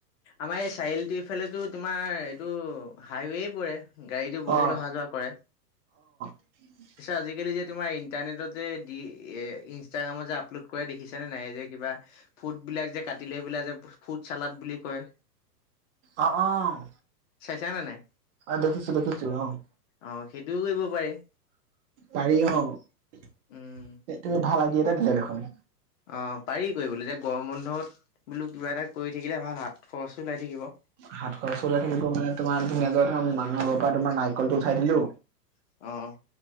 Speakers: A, on the left (about 50°); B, on the right (about 45°).
A: আমাৰ এই চাৰিআলিটো ইফালেতো তোমাৰ এইটো হাইৱ পৰে। গাড়ীতো বহুত
B: অ'
A: অহা যোৱা কৰে।
B: <inaudible>
A: আজিকালি যে তোমাৰ ইণ্টাৰনেটত যে দি ইনষ্টাগ্ৰামত যে আপলোড কৰা দেখিছানে নাই যে কিবা ফ্ৰুডবিলাক যে কাটি লে পেলাই, যে ফ্ৰুড চালাড বুলি কয়।
B: অ' অ'।
A: ছাইচানে নাই?
B: অ' দেখিছো দেখিছো অ'।
A: অ' সেইটো কৰিব পাৰি।
B: পাৰি অ' তুমি
A: উম,
B: ভাল আইডা এটা দিয়া দেখোন।
A: অ' পাৰি কৰিবলৈ, এতিয়া গৰম বন্ধত বোলো কিবা এটা কৰি থাকিলে ভাল, হাত খৰচো ওলাই থাকিব।
B: হাত খৰচ ওলাই থাকিব, মানে তোমাৰ টো মানে মেজৰকাম মানুহৰ পৰা তোমাৰ নাই কলটো উঠাই দিলো,
A: অ'